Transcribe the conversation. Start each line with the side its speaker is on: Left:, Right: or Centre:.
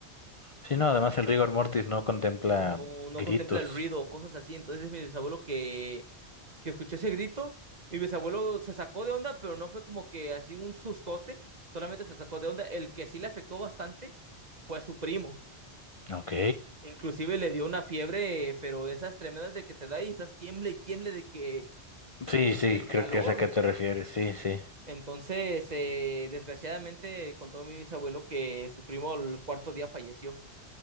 Left: Sí, no, además el rigor mortis no contempla
Right: No, no
Left: gritos.
Right: contempla el ruido o cosas así. Entonces mi bisabuelo que que escuchó ese grito. Mi bisabuelo se sacó de onda, pero no fue como que así un sustote, solamente se sacó de onda. El que sí le afectó bastante fue a su primo.
Left: Ok.
Right: Inclusive le dio una fiebre, pero de esas tremendas de que te da y estás tiemble y tiemble de que, pues,
Left: Sí, sí,
Right: del calor.
Left: creo que es a qué te refieres, sí, sí.
Right: Entonces, eh, desgraciadamente contó mi bisabuelo que su primo al cuarto día falleció.